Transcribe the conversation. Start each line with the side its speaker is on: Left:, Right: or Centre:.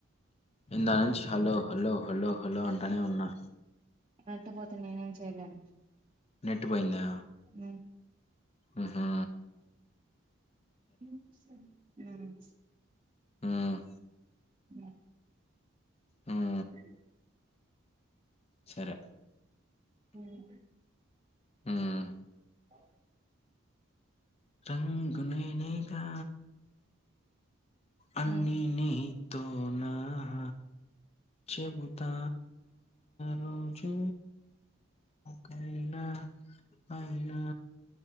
Left: ఇందుకనుంచి హలో హలో హలో హలో అం టా నే ఉన్నా
Right: ఇనత్త కపోతే నేనేమ్ చేయలేను
Left: నెట్ పోయిందా
Right: ఆ
Left: ఆహా
Right: వినిపించ లే ఉమ్
Left: ఉమ్
Right: అ
Left: ఉమ్
Right: అ
Left: సరే
Right: ఉమ్
Left: ఉమ్
Right: అఓ
Left: రంగునేనేగా అన్నిని
Right: హ్మ్
Left: తోనా హ చెబుతా రోజు కైనా అయినా